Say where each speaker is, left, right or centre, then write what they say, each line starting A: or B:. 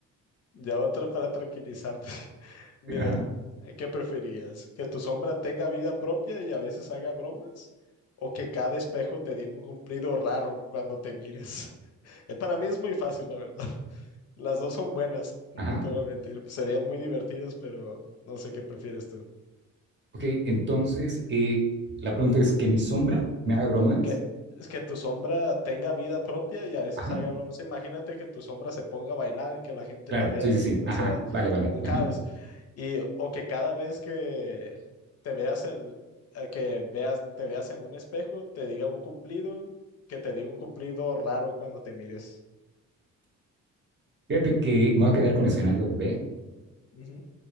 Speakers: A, on the left; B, on the right.
A: Ya otra para tranquilizarte. <laughs> Mira,
B: Ajá,
A: eh, ¿qué preferías? ¿Que tu sombra tenga vida propia y a veces haga bromas? ¿O que cada espejo te dé un cumplido raro cuando te mires? <laughs> Eh, Para mí es muy fácil, la verdad. Las dos son buenas, <laughs> no
B: ajá.
A: te voy a mentir. Serían muy divertidas, pero no sé qué prefieres tú.
B: Ok, entonces eh, la pregunta es que mi sombra me haga bromas.
A: que es que tu sombra tenga vida propia y a veces
B: Ajá,
A: haga bromas. Imagínate que tu sombra se ponga a bailar y que la gente
B: claro,
A: la vea
B: sí,
A: ahí,
B: sí, sí.
A: o
B: Ajá,
A: sea,
B: vale, vale.
A: un caos.
B: Ajá.
A: Y o que cada vez que te veas el eh, que veas te veas en un espejo, te diga un cumplido, que te diga un cumplido raro cuando te mires.
B: Fíjate que me voy a quedar con escenario B,
A: Ujú.